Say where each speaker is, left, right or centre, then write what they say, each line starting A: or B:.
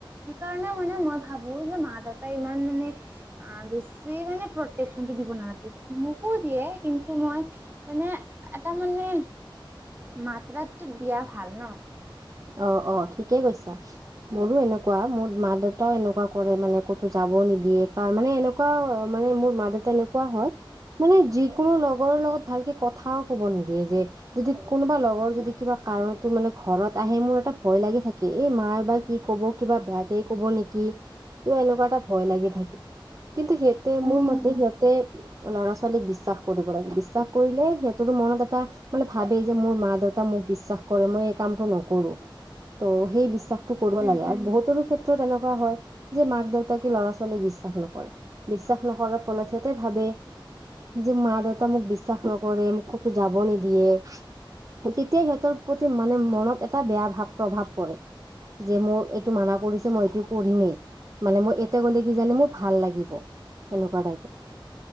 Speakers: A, on the right; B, on the right.
A: সেইকাৰণে মানে মই ভাবো যে মা-দেউতাই ইমান মানে অ বেছি মানে প্ৰটেকচন দিব নালাগে মোকো দিয়ে কিন্তু মই মানে এটা মানে মাত্ৰাতটো দিয়া ভাল ন।
B: অ অ ঠিকে কৈছা মোৰো এনেকুৱা মোৰ মা দেউতাও এনেকুৱা কৰে মানে ক'তো যাব হ নিদিয়ে তাৰ মানে এনেকুৱা মানে মোৰ মা দেউতা এনেকুৱা হয়। মানে যিকোনো লগৰৰ লগত ভালকে কথাও ক'ব নিদিয়ে যে যদি কোনোবা লগৰ যদি কিবা কাৰণতো মানে ঘৰ আহে মোৰ এটা ভয় লাগি থাকে এই মাৰ বা কি কব কিবা বেয়াকে কব নেকি কিবা এনেকুৱা এটা ভয় লাগি থাকে কিন্তু সিহঁতে মোৰ
A: উম
B: মতে সিহঁতে ল'ৰা ছোৱালীক বিশ্বাস কৰিব লাগে বিশ্বাস কৰিলে সিহঁতৰো মনত এটা মানে ভাবে যে মোৰ মা দেউতা মোক বিশ্বাস কৰে মই এই কামটো নকৰো ত' সেই বিশ্বাসটো কৰিব
A: উম
B: লাগে
A: উম
B: আৰু বহুতৰো ক্ষেত্ৰত এনেকুৱা কোৱা হয় যে মাক- দেউতাকে ল'ৰা ছোৱালী বিশ্বাস নকৰে বিশ্বাস নকৰাৰ ফলত সিহঁতে ভাবে যে মা-দেউতা মোক বিশ্বাস নকৰে মোক ক'তো যাব নিদিয়ে তেতিয়াই সিহঁতৰ প্ৰতি মানে মনত এটা বেয়া ভাৱ প্ৰভাৱ পৰে। যে মোৰ এইটো মানা কৰিছে মই এইটো কৰিমেই মানে মই এতিয়া গলে কিজানি মোৰ ভাল লাগিব সেনেকুৱা টাইপৰ